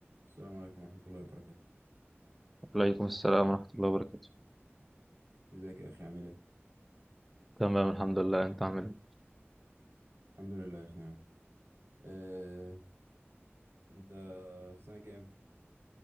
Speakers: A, on the right; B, in the centre.
A: السلام عليكم ورحمة الله وبركاته
B: وعليكم السلام ورحمة الله وبركاته
A: ازيك يا أخي عامل ايه؟
B: تمام الحمد لله انت عامل ايه
A: الحمد لله في نعمة آه، أنت في سنة كام؟